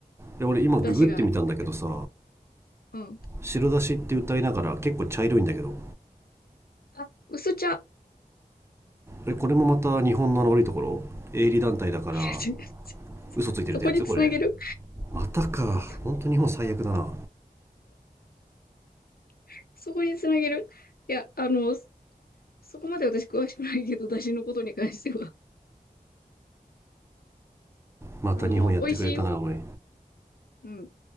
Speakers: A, on the right; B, on the left.
A: で俺今ググってみたんだけどさ
B: 出汁があるんだけど。うん。
A: 白だしって歌いながら結構茶色いんだけど
B: あ、薄茶。
A: えこれもまた日本の悪いところ営利団体だから
B: <laughs>
A: 嘘ついてるってやつこれ
B: そこにつなげる
A: またか本当日本最悪だな
B: そ <laughs> そこにつなげるいや、あの、そこまで私詳しくないけど、出汁のことに関しては。<laughs>
A: また日本やってくれたなおい
B: あの、美味しいよ。うん。